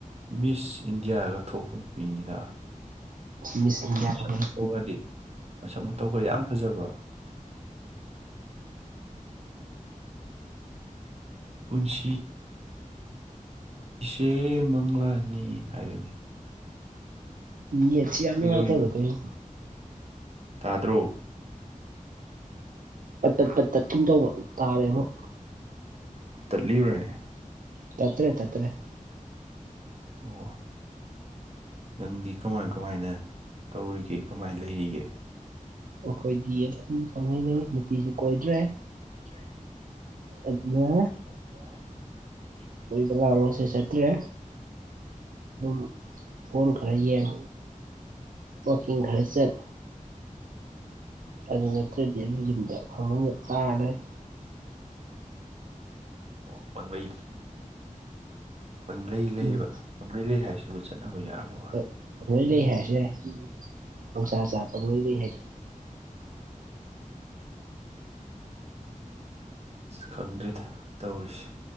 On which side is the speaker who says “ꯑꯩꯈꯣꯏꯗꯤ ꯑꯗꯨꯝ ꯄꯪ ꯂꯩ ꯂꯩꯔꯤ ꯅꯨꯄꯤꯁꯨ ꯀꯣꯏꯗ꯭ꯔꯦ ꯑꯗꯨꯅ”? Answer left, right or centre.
Right